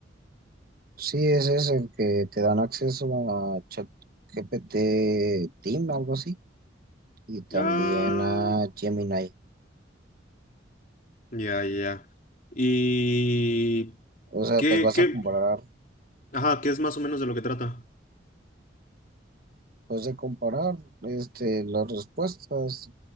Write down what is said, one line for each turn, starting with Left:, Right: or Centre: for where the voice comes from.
Right: Sí, ese es el que te dan acceso a ChatGPT Team, algo así, y también
Left: Ah,
Right: a Gemini.
Left: ya, ya. ¿Y
Right: O sea,
Left: qué,
Right: pues vas
Left: qué?
Right: a comparar,
Left: Ajá, ¿qué es más o menos de lo que trata?
Right: pues de comparar este, las respuestas